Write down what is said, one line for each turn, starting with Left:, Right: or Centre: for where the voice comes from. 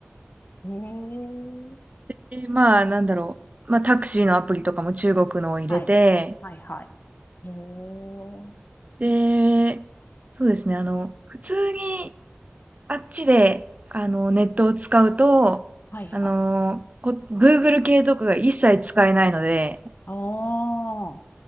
Left: へえ。
Right: で、まあなんだろう。まあタクシーのアプリとかも中国のを入れて、
Left: はい。はい、はい。へえ。うん
Right: で、そうですね、あの、普通にあっちで、あの、ネットを使うと、
Left: はい、
Right: あの、
Left: はい。
Right: こ Google 系とかが一切使えないので、
Left: あー、